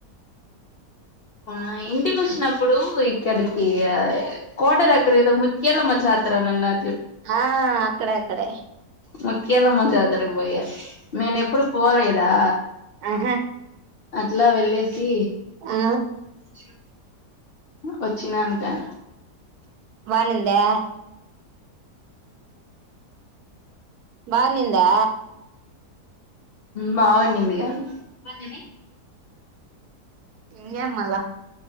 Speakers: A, on the left; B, on the right.
A: మా ఇంటికి వచ్చినప్పుడు ఇక్కడికియా కోట దగ్గర ఏదో ము కేలమ్మ జాతర నన్నా
B: హా అక్కడ అక్కడే
A: ముత్యాలమ్మ జాతరకు పోయా నేను ఎప్పుడూ పోలే దా
B: ఆహా
A: అట్లా వెళ్లేే సి
B: ఆ
A: సి వచ్చినాన క
B: బాగున్నిందా బాగున్నిందా
A: బాగున్నింది గాని బంధి మే
B: అ ఏం మల్ల